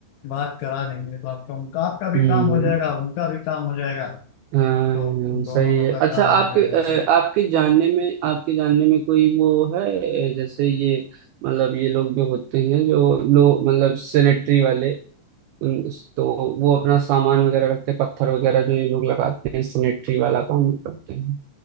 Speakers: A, on the left; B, on the right.
A: बात करा देंगे तो आपका उनका आपका भी
B: हम्म
A: काम हो जाएगा उनका भी काम हो जाएगा
B: हाँ,
A: तो दोनों
B: सही
A: लोग
B: है
A: का काम
B: अच्छा आपके
A: हो जाएगा
B: अ,
A: ऐसे
B: आपके जानने में आपके जानने में कोई वो है अ, जैसे ये मतलब ये लोग जो होते हैं जो लोग मतलब सेनेटरी वाले उन- तो वो अपना सामान वगैरह रखते हैं पत्थर वगैरह जो ये लोग लगाते हैं सेनेटरी वाला काम करते हैं